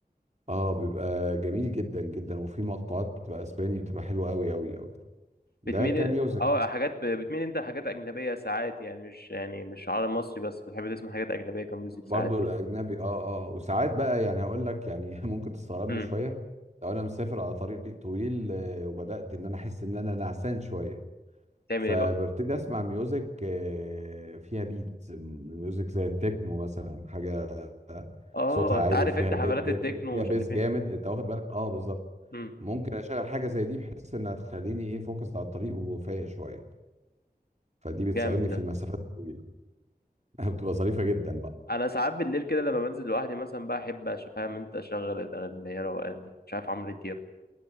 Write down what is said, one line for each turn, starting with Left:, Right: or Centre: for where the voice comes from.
Right: اه بيبقى جميل جدا جدا وفي مقطوعات بتبقى اسباني بتبقى حلوه قوي قوي قوي ده
Left: بتميل
Right: كميوزك
Left: اه حاجات ب... بتميل انت لحاجات اجنبيه ساعات يعني مش يعني مش عربي مصري بس بتحب تسمع حاجات اجنبيه كميوزك
Right: برضو
Left: ساعات يعني
Right: الاجنبي اه اه وساعات بقى يعني هقول لك يعني <laughs> ممكن تستغربني
Left: امم
Right: شويه لو انا مسافر على طريق طويل آه، وبدات ان انا احس ان انا نعسان شويه
Left: تعمل
Right: فببتدي
Left: ايه بقى
Right: اسمع ميوزك آه، فيها بيت ميوزك زي التكنو مثلا حاجه
Left: اه
Right: صوتها
Left: انت
Right: عالي
Left: عارف
Right: وفيها
Left: انت حفلات
Right: دب دب
Left: التكنو
Right: دب فيها
Left: ومش
Right: بيس
Left: عارف ايه
Right: جامد انت واخد بالك اه بالظبط
Left: امم
Right: ممكن اشغل حاجه زي دي بحيث انها تخليني ايه فوكس على الطريق وفايق شويه فدي بتساعدني
Left: جامد ده
Right: في المسافات الطويله <laughs> بتبقى ظريفه جدا بقى
Left: انا ساعات بالليل كده لما بنزل لوحدي مثلا بقى احب أش- فاهم انت اشغل الاغاني اللي هي روقان دي مش عارف عمرو دياب